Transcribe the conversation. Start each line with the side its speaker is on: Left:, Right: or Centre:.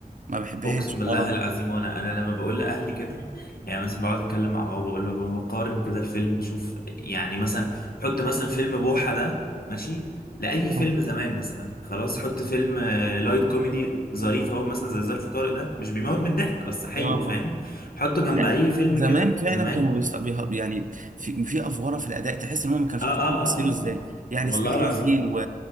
Right: ما بحبهاش
Left: اقسم بالله
Right: خالص
Left: العظيم وانا انا لما بقول لاهلي كده يعني مثلا بقعد اتكلم مع بابا اقول له يا بابا قارن كده الفيلم شوف يعني مثلا حط مثلا فيلم بوحة ده ماشي لاي
Right: اه
Left: فيلم زمان مثلا خلاص حط فيلم آه، لايت كوميدي ظريف اهو مثلا زي ظرف طارق ده مش بيموت من الضحك بس حلو
Right: اه آه.
Left: فاهم حطه جنب
Right: لا
Left: اي فيلم
Right: زمان
Left: كده
Right: فعلا
Left: زمان
Right: كانوا بيست... بيه... يعني في في افواره في الاداء تحس ان هم ما كانوش
Left: اه اه
Right: عارفين
Left: اه
Right: يمثلوا
Left: اه
Right: ازاي يعني
Left: والله
Right: اسماعيل
Left: العظيم
Right: ياسين و...